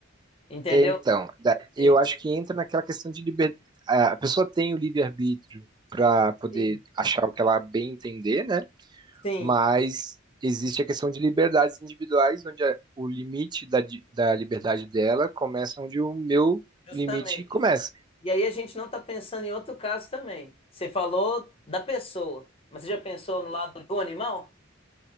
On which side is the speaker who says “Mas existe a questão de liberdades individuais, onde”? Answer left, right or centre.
Right